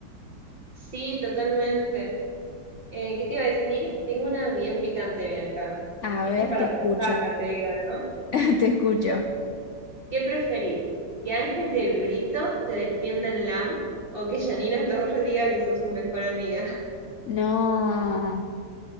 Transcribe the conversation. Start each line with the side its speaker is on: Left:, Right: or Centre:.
Right: Sí, totalmente. Eh, ¿qué te iba a decir? Tengo una bien picante, Bianca.
Left: A
Right: Esta
Left: ver,
Right: es para
Left: te escucho.
Right: pensarla, te digo, ¿no?
Left: <laughs> Te escucho.
Right: ¿Qué, qué preferís? ¿Que Ángel de Brito te defienda en LAM o que Janina Torre diga que sos su mejor amiga?
Left: No,